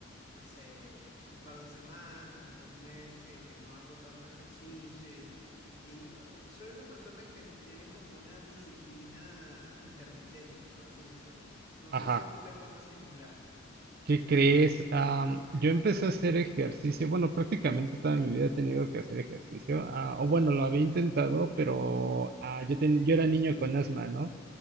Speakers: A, on the left; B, on the right.
A: no sé, un par de semanas o un mes que, que no hago tanto ejercicio y, y eh, soy una persona que tiene como una disciplina intermitente, por así decirlo. No
B: Ajá.
A: sé si a ti te pasa similar.
B: ¿Qué crees? Am, yo empecé a hacer ejercicio, bueno, prácticamente toda mi vida he tenido que hacer ejercicio, ah, o bueno, lo había intentado, pero ah, yo, ten- yo era niño con asma, ¿no?